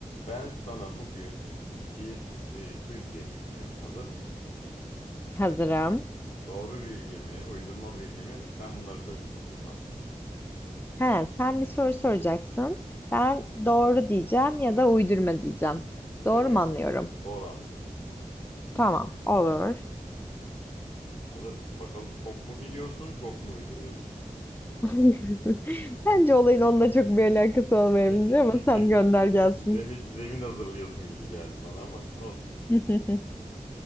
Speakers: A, on the left; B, on the left.
A: Ben sana bugün bir e, quiz game yapacağım. Hazır mısın?
B: Hazırım.
A: Doğru bilgi mi, uydurma bilgi mi? Sen bunları söyleyeceksin bana.
B: He, sen bir soru soracaksın. Ben doğru diyeceğim ya da uydurma diyeceğim. Doğru
A: Evet,
B: mu anlıyorum?
A: doğru anlıyorsun.
B: Tamam, olur.
A: Hazır mısın? Bakalım çok mu biliyorsun, çok mu uyduruyorsun?
B: <laughs> Bence olayın onunla çok bir alakası
A: <laughs>
B: olmayabilir ama sen gönder gelsin.
A: Zemin, zemin hazırlıyorsun gibi geldi bana ama olsun.
B: <laughs>